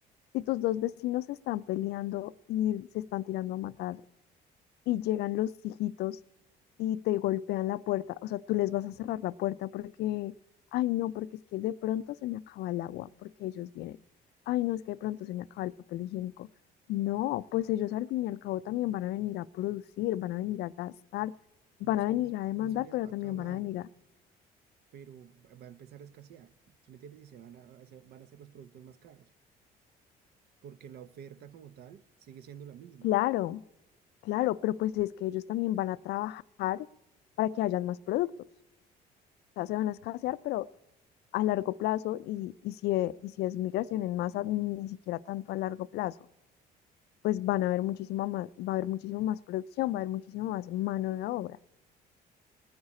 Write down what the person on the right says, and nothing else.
No
se
les,
no
se les
va a
acabar,
pero va va a empezar a escasear. ¿Sí me entiendes? Y se van a, se- van a hacer los productos más caros. porque la oferta como tal sigue siendo la misma.